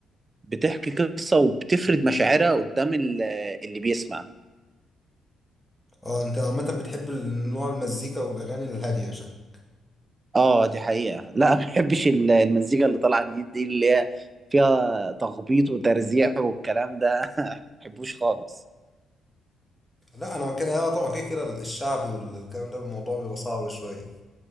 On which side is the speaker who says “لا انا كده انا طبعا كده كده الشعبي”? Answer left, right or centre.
Centre